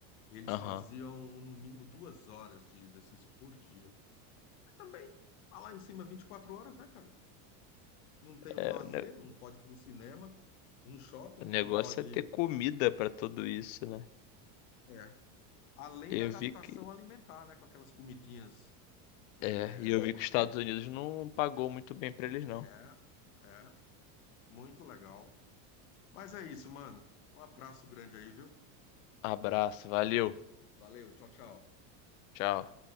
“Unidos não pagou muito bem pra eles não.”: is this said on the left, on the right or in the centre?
Left